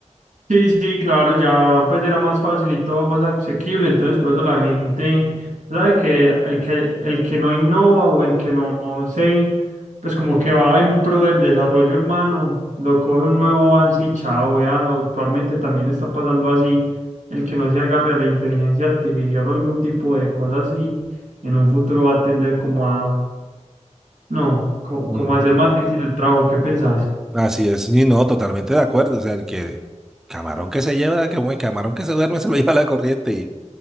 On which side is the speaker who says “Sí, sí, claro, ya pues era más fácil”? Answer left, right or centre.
Right